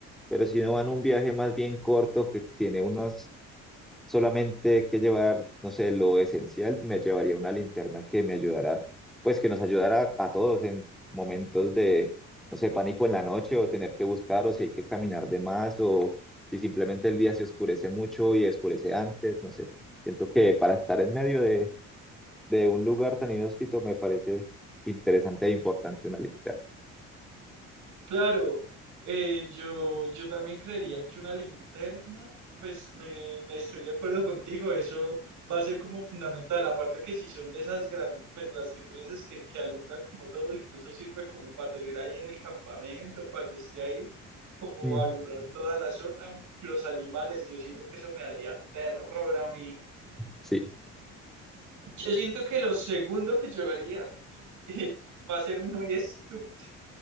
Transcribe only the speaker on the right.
Claro, eh, yo, yo también creería que una linterna, pues me, me estoy de acuerdo contigo, eso va a ser como fundamental, aparte que si son de esas grandes, pues las que tú dices que, que alumbran como todo, incluso sirve como para tener ahí en el campamento, cuando esté ahí, como
alumbrar toda la zona, los animales, yo siento que eso me daría terror a mí.
Yo siento que lo segundo que llevaría <laughs> eh, va a ser muy estúpido